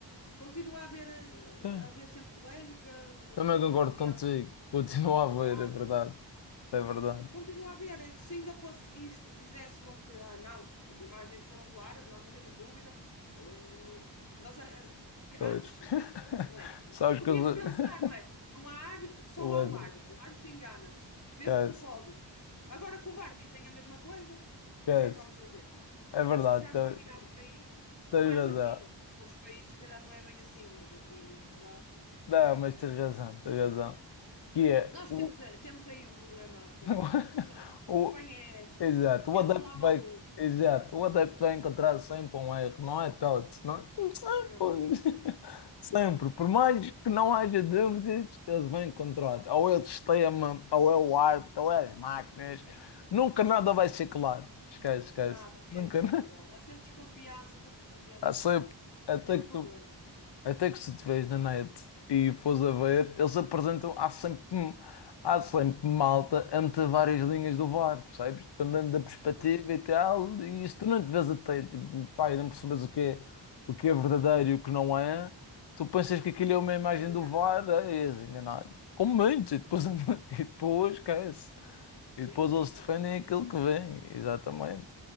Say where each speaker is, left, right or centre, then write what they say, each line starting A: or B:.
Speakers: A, on the left; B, on the left.
A: continua a haver, eh,
B: Sim.
A: a haver sempre polémica, de-
B: Também
A: de
B: concordo
A: desconfiança
B: contigo, continua
A: dos
B: a ver,
A: árbitros.
B: é verdade. É verdade.
A: né? Continua a ver, é que se ainda fosse isto, fizesse com que, ah, não, as imagens foram claras, nós não temos dúvida, ah, não, mas ah, porque
B: Pois.
A: antes,
B: <laughs>
A: que- né,
B: Sabes
A: podias
B: que eu
A: pensar,
B: sou-
A: não é? Não há árbitro, só
B: <laughs>
A: há
B: O André.
A: o árbitro, o árbitro engana-se, fez
B: Esquece.
A: de propósito. Agora com o VAR dizem a mesma coisa, o
B: Esquece.
A: que é que vamos fazer?
B: É
A: Isto
B: verdade.
A: já está
B: te-
A: virado para isto,
B: Tens
A: mas
B: razão.
A: aqui, não é? Nos outros países, se calhar não é bem assim, mas aqui em Portugal.
B: Não, mas tens razão. Tens razão. Que é.
A: Nós
B: o
A: temos, eh, temos aí um problema com.
B: <laughs>
A: Só, só estamos
B: O,
A: bem é,
B: exato,
A: é
B: o adepto
A: a falar mal
B: vai,
A: do outro.
B: exato, o adepto vai encontrar sempre um erro, não é pellets, não é?
A: Sempre.
B: <laughs> Pô, ninguém- Sempre, por mais que não haja dúvidas, eles vão encontrar. Ou é o sistema, ou é o árbitro, ou é as máquinas. Nunca nada vai ser claro. Esquece, esquece.
A: Nada mesmo,
B: Nunca <laughs> nada.
A: é verdade. Há sempre desconfianças, sempre desconfianças.
B: Há sempre,
A: É,
B: até
A: é um
B: que
A: problema.
B: tu até que se estiveres na net e fores a ver, eles apresentam, há sempre, há sempre malta entre várias linhas do VAR, percebes? Dependendo da perspectiva
A: Ah, sim.
B: e tal, e se tu não te vês atento, e, pá, e não percebes o que é, o que é verdadeiro e o que não é, tu pensas que aquilo é uma imagem
A: És
B: do
A: enganado?
B: VAR, é, és enganado. Com muitos, e depois, <laughs> e depois esquece.
A: Sim,
B: E depois
A: sim,
B: eles defendem
A: é verdade.
B: aquilo que vem, exatamente.